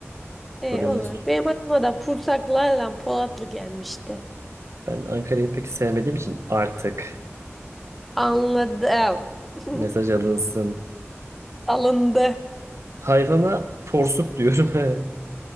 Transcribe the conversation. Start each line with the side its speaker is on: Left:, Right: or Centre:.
Centre: Ee,
Right: Polonezköy.
Centre: olur. Benim aklıma da Pursaklarla Polatlı gelmişti.
Right: Ben Ankara'yı pek sevmediğim için artık
Centre: Anladım. <laughs>
Right: mesaj alınsın.
Centre: Alındı.
Right: Hayvana porsuk diyorum. <laughs>